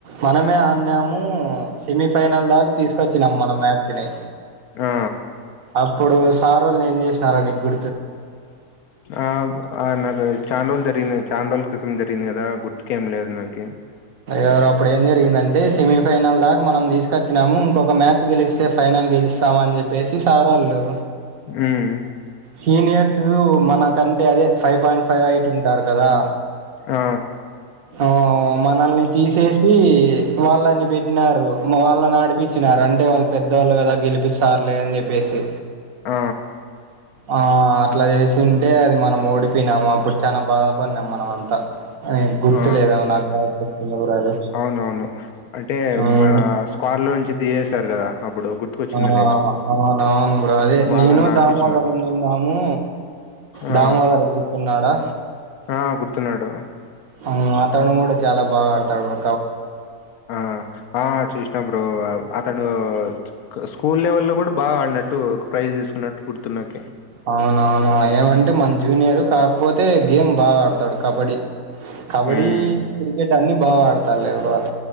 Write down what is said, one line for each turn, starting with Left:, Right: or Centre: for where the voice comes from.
Right: మనమే ఆన్నాము సమి ఫైనల్ దాకా తీసుకొచ్చినా మన మ్యాచ్ ని
Left: ఆ
Right: అప్పుడు సారోళ్ళ ఏం చే నారా గు
Left: ఆ అ నాకా చాండోలు జరినంది చాండోల క్రితం జరిగింది కదా గుర్తుక ఏం లేదు నాకి
Right: ఎవరు అప్పుడు ఏం జరిగిందంటే సెమీఫైనల్ దాకా మనం తీసుకొచ్చినాము ఇంకొ మ్యాచ్ గెలిస్తే ఫైనల్ గజస్ ఇస్తాంని చెప్పేసి సార్ వాళ్ళు
Left: మ్మ్
Right: సీనియర్స్ మనకు కరంటే అదది ఫైవ్ పాయింట్ ఫైవ్ ఎయిట్ ఉంటారు కదా
Left: ఆ
Right: ఆ మనల్ని తీసేసి వాళ్ళని పెట్టినారు వాళ్ళని నడిపించినారు అంటే వాళ్ళు పెద్దవాళ్ళు కదా గెలిపిస్తారులే అని చెప్పేసి
Left: ఆ
Right: ఆ అట్లా చేసింటే అది మనం ఓడిపోయినాము అప్పుడు చాలనా బాధపడినాం మనం అంతా గుర్తులేదా
Left: ఆ
Right: నాకు బాగా గుర్తుంది బ్రో అది
Left: అవునవును అంటే
Right: మ్మ్
Left: మన స్వార్ లో నుంచి తీశారు కదా అప్పుడు గుర్తుకొచ్చిందిలే
Right: ఆ అవున అవును బ్రో అదే
Left: వాళ్ళని
Right: నేను
Left: ఆడిపిచ్చినారు
Right: దామోదరం నిన్నాము
Left: ఆ
Right: దామోదర కూతున్నాడా
Left: ఆ గుర్తున్నాడు
Right: ఆ ఆతడు కూడా చాలా బాగా ఆడతాడు బ్ర
Left: ఆ ఆ చూసినా బ్రో అతడు స్కూల్ లెవల్ల్లో కూడా బాగా ఆన్నట్టు ఒక ప్రైజ్ తీసుకున్నట్టు గుర్తున్నక
Right: అవునవును ఏమంటే మన జూనియరు కా పోతే గేమ్ బాగా ఆడతాడు కబడ్డీ కబడ్డీ
Left: మ్మ్
Right: క్రికెట్ అన్ని బా వాడతా ఎ అ